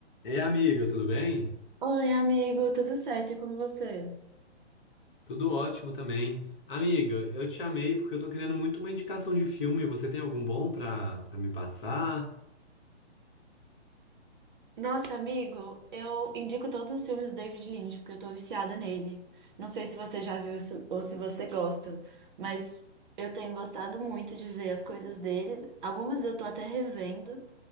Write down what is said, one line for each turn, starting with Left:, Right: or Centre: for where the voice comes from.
Left: Ei, amiga, tudo bem?
Right: Oi, amigo, tudo certo? E com você?
Left: Tudo ótimo também. Amiga, eu te chamei porque eu tô querendo muito uma indicação de filme. Você tem algum bom pra, pra me passar?
Right: Nossa, amigo, eu indico todos os filmes do David Lynch, porque eu tô viciada nele. Não sei se você já viu se- ou se você gosta, mas eu tenho gostado muito de ver as coisas dele. Algumas eu tô até revendo.